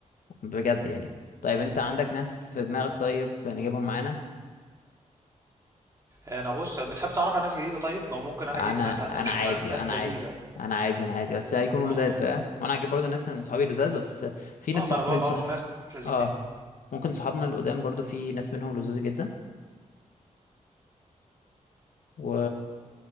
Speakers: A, on the left; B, on the right.
A: بجد يعني طيب
B: مم.
A: انت عندك ناس في دماغك طيب نجيبهم معانا
B: انا بص بتحب تعرف على ناس جديدة طيب او ممكن انا
A: انا
B: اجيب ناس عندي من
A: انا
B: الشغل
A: عادي
B: ناس
A: انا
B: لذيذة
A: عادي انا عادي انا عادي بس هيكونوا
B: اه
A: لزاز فاهم وانا هجيب برضو ناس من صحابي لزاز بس في ناس
B: اه ما
A: صح...
B: انا بدور
A: من صح
B: ناس لذيذة
A: اه
B: يعني
A: ممكن صحابنا القدام برضو في ناس منهم لزاز جدا و